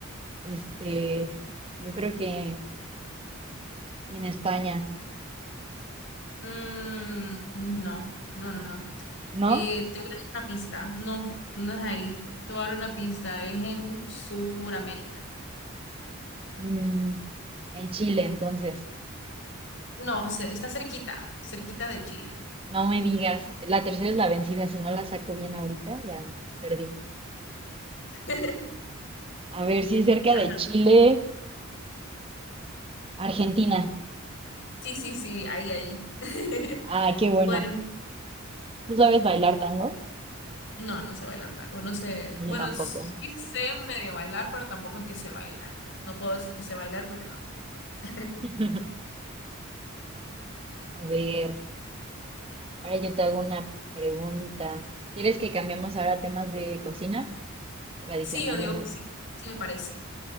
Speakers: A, on the right; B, on the left.
A: Este, yo creo que en España,
B: Mm, no, no, no, no.
A: ¿no?
B: Eh, te voy a dar una pista. No, no es ahí. Te voy a dar una pista. Es en Sudamérica.
A: Mm, en Chile, entonces.
B: No, se- está cerquita, cerquita de Chile.
A: No me digas. La tercera es la vencida. Si no la saco bien ahorita, ya perdí.
B: <laughs>
A: A ver, si es cerca
B: Ajá,
A: de Chile, Argentina.
B: Sí, sí, sí, ahí, ahí. <laughs>
A: Ah, qué
B: Bueno.
A: bueno. ¿Tú sabes bailar tango?
B: No, no sé bailar tango, no sé.
A: No,
B: Bueno,
A: Yo tampoco.
B: sí sé medio bailar, pero tampoco es que sé bailar. No puedo decir que sé bailar porque no. <laughs>
A: <laughs> A ver, ahora yo te hago una pregunta. ¿Quieres que cambiemos ahora a temas de cocina tradicional
B: Sí, yo digo
A: de México?
B: que sí, sí me parece.